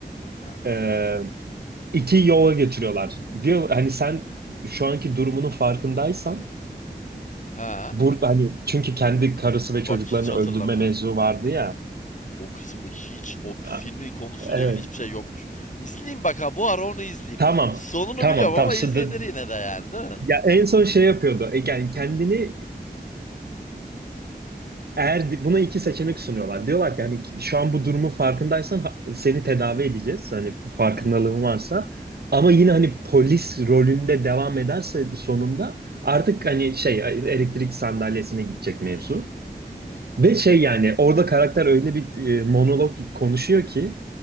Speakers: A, on the left; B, on the right.
A: Ha.
B: e, iki yola götürüyorlar. Diyor hani sen şu anki durumunun farkındaysan
A: Ha.
B: burada hani çünkü kendi karısı ve çocuklarını
A: Bak hiç hatırlamıyorum.
B: öldürme mevzu vardı ya.
A: O kısmı hiç o filmin
B: A-
A: konusuyla
B: Evet.
A: ilgili hiçbir şey yokmuş. İzleyeyim bak ha bu ara onu izleyeyim.
B: Tamam.
A: Sonunu
B: Tamam.
A: biliyorum ama
B: Tamam. Şimdi-
A: izlenir yine de yani değil mi?
B: Ya en son şey yapıyordu. E, Yani kendini Eğer di- buna iki seçenek sunuyorlar. Diyorlar ki hani ki- şu an bu durumun farkındaysan ha- seni tedavi edeceğiz. Hani farkındalığın
A: Ha.
B: varsa. Ama yine hani polis rolünde devam ederse sonunda artık hani şey elektrik sandalyesine gidecek
A: Hmm.
B: mevzu.
A: Hı hı.
B: Ve şey yani orada karakter öyle bir e, monolog konuşuyor ki